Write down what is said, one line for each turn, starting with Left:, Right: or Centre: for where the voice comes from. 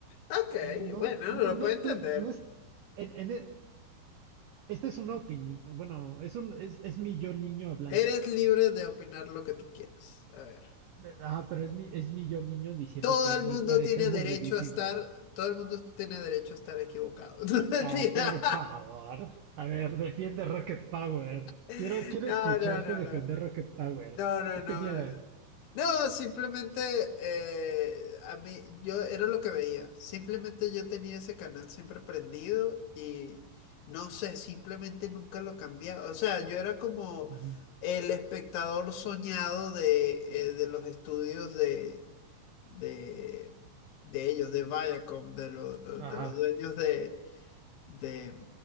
Left: Ok,
Right: No,
Left: bueno,
Right: no,
Left: lo
Right: no
Left: puedo
Right: estoy,
Left: entender.
Right: no es, en, en e- esta es una opinión, bueno, es un, es, es mi yo niño hablando.
Left: Eres libre de opinar lo que tú quieras. A ver.
Right: Ah, pero es mi, es mi yo niño diciéndote,
Left: Todo el
Right: me
Left: mundo
Right: parece
Left: tiene
Right: aburridísimo.
Left: derecho a estar, todo el mundo tiene derecho a estar equivocado. <laughs> No, mentira.
Right: Ah, por favor. A ver, defiende Rocket Power.
Left: <laughs>
Right: Quiero, quiero
Left: No,
Right: escucharte
Left: no, no,
Right: defender
Left: no.
Right: Rocket Power.
Left: No, no,
Right: ¿Qué tenía?
Left: no. No, simplemente eh, a mí, yo era lo que veía. Simplemente yo tenía ese canal siempre prendido y no sé, simplemente nunca lo cambiaba. O sea, yo era como
Right: Ujú.
Left: el espectador soñado de, eh, de los estudios de, de, de ellos, de Viacom, de, los de,
Right: Ajá.
Left: de los dueños de, de